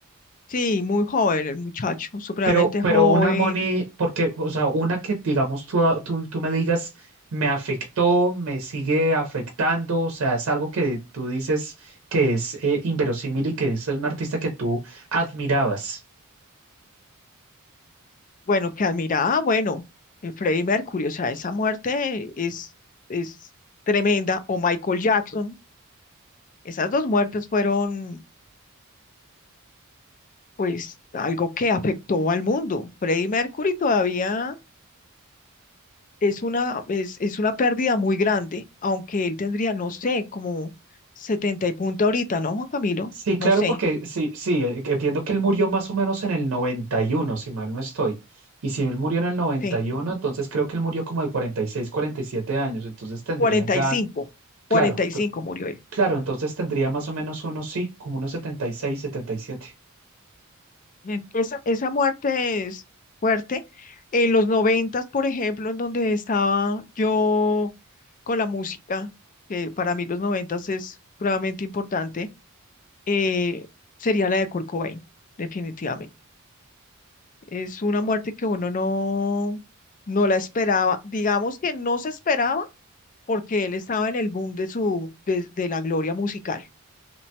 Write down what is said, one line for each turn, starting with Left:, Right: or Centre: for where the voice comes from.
Left: Sí, muy joven, el muchacho, supremamente
Right: Pero, pero
Left: joven.
Right: una money, porque, o sea, una que digamos tú, a- tú, tú me digas, me afectó, me sigue afectando, o sea, es algo que tú dices que es eh, inverosímil y que es un artista que tú admirabas.
Left: Bueno, que admiraba, bueno, eh, Freddie Mercury, o sea, esa muerte es, es tremenda. O Michael Jackson, esas dos muertes fueron, pues, algo que afectó al mundo. Freddie Mercury todavía es una, es, es una pérdida muy grande, aunque él tendría, no sé, como 70 y punto ahorita, ¿no, Juan Camilo?
Right: Sí, claro,
Left: No sé,
Right: porque sí, sí, eh, que entiendo que él murió más o menos en el noventa y uno si mal no estoy. Y si él murió en el noventa
Left: sí,
Right: y uno entonces creo que él murió como de cuarenta cuarenta y seis cuarenta y siete años, entonces tendría
Left: cuarenta
Right: ya,
Left: cuarenta y cinco,
Right: claro,
Left: cuarenta y
Right: t-
Left: cinco murió
Right: claro, entonces tendría más o menos unos, sí, como unos setenta setenta y seis setenta y siete
Left: Eh, Esa, esa muerte es fuerte. En los noventas, por ejemplo, en donde estaba yo con la música, que para mí los noventas es realmente importante, eh, sería la de Kurt Cobain, definitivamente. Es una muerte que uno no, no la esperaba. Digamos que no se esperaba porque él estaba en el boom de su, de, de la gloria musical.